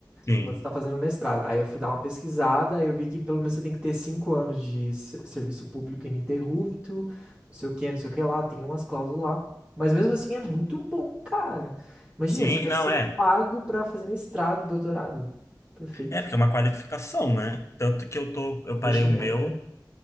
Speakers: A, on the left (about 40°); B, on the right (about 15°).
A: Sim.
B: Enquanto você tá fazendo mestrado. Aí eu fui dar uma pesquisada, aí eu vi que pelo menos você tem que ter cinco anos de se- serviço público ininterrupto, não sei o que, não sei o que lá, tem umas cláusulas lá. Mas mesmo assim é muito bom, cara. Imagina,
A: Sim,
B: você vai
A: não
B: ser
A: é.
B: pago pra fazer mestrado e doutorado. Perfeito.
A: É, porque é uma qualificação, né? Tanto que eu tô, eu
B: Investimento,
A: parei o meu
B: né?